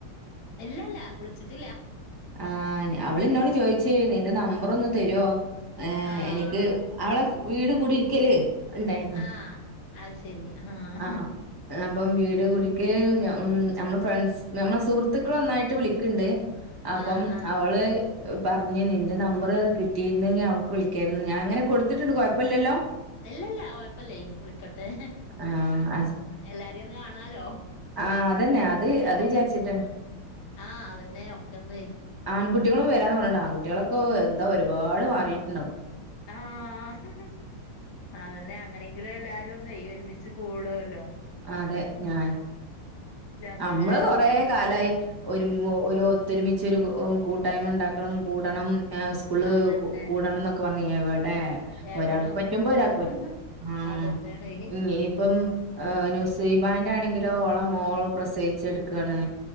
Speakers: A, on the left; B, on the right.
A: ഇല്ലല്ല വിളിച്ചിട്ടില്ല.
B: ആഹ് ഞാ അവള് ഇന്നോട് ചോയിച്ച് നിന്റെ നമ്പറ് ഒന്ന് തരുവോ ഏഹ്
A: ആഹ്
B: എനിക്ക് അവളെ കു വീട് കൂടിയിരിക്കല് ഉണ്ടായിരുന്നു
A: ആഹ് അത് ശരി ആഹ്
B: ആ ആ. അപ്പം വീട് കുടിയിരിക്കല് ഞ ഉം ഞമ്മള് ഫ്രണ്ട്സ് ഞമ്മളെ സുഹൃത്തുക്കളെ ഒന്നായിട്ട് വിളിക്കണ്ട് അപ്പം
A: ആഹ് ആഹ്
B: അവള് പറഞ്ഞിനി നിന്റെ നമ്പറ് കിട്ടിയിരുന്നെങ്കി അവക്ക് വിളിക്കായിരുന്നു ഞാൻ അങ്ങനെ കൊടുത്തിട്ടുണ്ട് കൊഴപ്പയില്ലല്ലോ
A: ഇല്ലല്ലാ കൊഴപ്പല്ലേ വിളിക്കട്ടെ
B: ആഹ് അസ്
A: ഉം എല്ലാരിം ഒന്ന് കാണാലോ
B: ആഹ് അതന്നെ അത്
A: നമ്മുക്കും
B: അത് വിചാരിച്ചിട്ടന്നെ
A: ആഹ് അതന്നെ ഒക്കന്ന്
B: ആൺകുട്ടികളും വരാന്ന് പറഞ്ഞിണ്ട് ആൺകുട്ടികളൊക്ക എന്താ ഒരുപാട് മാറിയിട്ടുണ്ടാവും
A: ആഹ് അതന്നെ അങ്ങനെങ്കിലും എല്ലാരും ഒന്ന് ഒരുമിച്ച് കൂടല്ലോ
B: അതെ ഞാ
A: അങ്ങനെ
B: നമ്മള് കൊറെ കാലമായി ഒരു ഒരു ഒത്തൊരുമിച്ചൊരു കൂട്ടായ്മ ഉണ്ടാക്കണം കൂടണം സ്കൂള്
A: അതന്നെ
B: കൂടണം എന്നൊക്കെ പറഞ്ഞ് എവിടെ
A: എവിടെ
B: ഒരാൾക്ക്
A: ഒന്നും
B: പറ്റുമ്പോ
A: കൂടൂല
B: ഒരാൾക്ക് പറ്റൂല്ല ആഹ്
A: അതന്നെയാണേ
B: ഇനിപ്പം നുസൈബാന്റെ ആണെങ്കിലോ ഓള മോള് പ്രസവിച്ച് കിടക്കാണ്